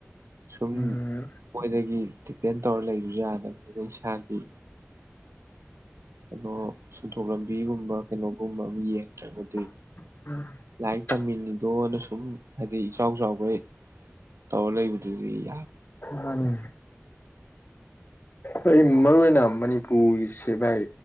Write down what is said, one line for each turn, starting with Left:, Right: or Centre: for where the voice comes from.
Right: ꯁꯨꯝ
Left: ꯎꯝ
Right: ꯃꯣꯏꯗꯒꯤ ꯗꯤꯄꯦꯟ ꯇꯧꯔꯒ ꯂꯩꯕꯁꯨ ꯌꯥꯗꯅꯤꯅ ꯏꯁꯥꯒꯤ ꯑꯗꯣ ꯁꯦꯟꯊꯣꯛ ꯂꯝꯕꯤꯒꯨꯝꯕ ꯀꯩꯅꯣꯒꯨꯝꯕ ꯑꯃ ꯌꯦꯡꯗ꯭ꯔꯒꯗꯤ
Left: <unintelligible>
Right: ꯂꯥꯏꯔꯤꯛ ꯇꯝꯃꯤꯅꯤꯗꯣꯅ ꯁꯨꯝ ꯍꯥꯏꯗꯤ ꯏꯆꯥꯎ ꯆꯥꯎꯕ ꯇꯧꯔ ꯂꯩꯕꯗꯨꯗꯤ ꯌꯥ
Left: ꯃꯥꯅꯤ ꯑꯣꯏ ꯃꯔꯨ ꯑꯣꯏꯅ ꯃꯅꯤꯄꯨꯔꯁꯦ ꯚꯥꯏ